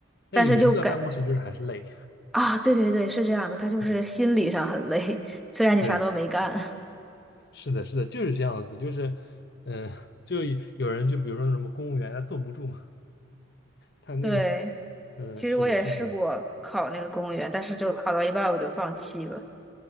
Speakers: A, on the left (about 50°); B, in the centre.
A: 那你人坐在办公室就是还是累。
B: 但是就感啊，对对对，是这样的，他就是心理上很累，
A: 嗯，
B: <laughs> 虽然你啥都没干。
A: 对，
B: <laughs>
A: 是的，是的，就是这样子，就是，呃，就有有人就比如说什么公务员，他坐不住嘛，他那个，
B: 对，
A: 嗯、
B: 其实我也试过考那个公务员，
A: 是的，是这样，
B: 但是就考到一半我就放弃了。